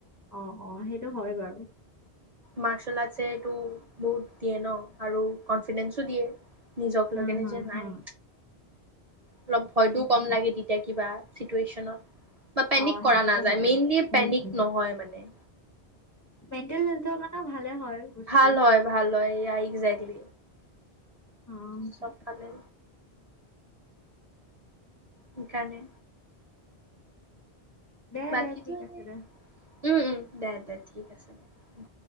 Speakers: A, on the left; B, on the right.
A: অ'-অ', সেইটো হয় বাৰু।
B: মাৰ্চেল-আৰ্টছেটো বহুত দিয়ে ন আৰু কনফিদেঞ্চো দিয়ে। নিজক
A: হুম,
B: লাগে নিজে
A: হুম,
B: নাই,
A: হুম,
B: অলপ ভয়তো
A: সেইটো
B: কম
A: হয়।
B: লাগে তেতিয়া কিবা, চিটুৱেশ্যনত। বা পেনিক
A: অ',
B: কৰা
A: সেইটোতো
B: নাযায়,
A: হয়।
B: মেইনলি পেনিক
A: উম, হুম
B: নহয় মানে।
A: মেণ্টেল হেল্থৰ কাৰণেও ভালে হয়। বস্তু।
B: ভাল হয় ভাল হয়। এই আগ এ্জে্টল।
A: অ',
B: চবফালে। সেই কাৰণে।
A: দে
B: বাকীতো
A: দে ঠিক
B: এনে
A: আছে দে।
B: উম উম দে দে ঠিক আছে দে। উম